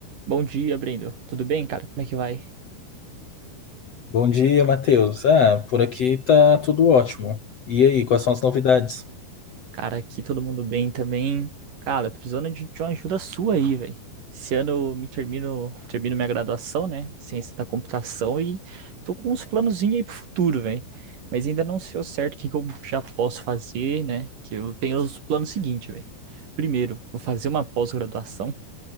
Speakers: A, on the right (about 50°); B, on the left (about 50°).
A: Bom dia, Brendo. Tudo bem, cara? Como é que vai?
B: Bom dia, Matheus. Ah, por aqui tá tudo ótimo. E aí, quais são as novidades?
A: Cara, aqui todo mundo bem também. Cara, tô precisando de, de uma ajuda sua aí, velho. Esse ano eu me termino, termino minha graduação, né? Ciência da computação e tô com uns planozinhos aí pro futuro, velho. Mas ainda não sei ao certo o que que eu já posso fazer, né? Que eu tenho os planos seguintes, velho. Primeiro, vou fazer uma pós-graduação.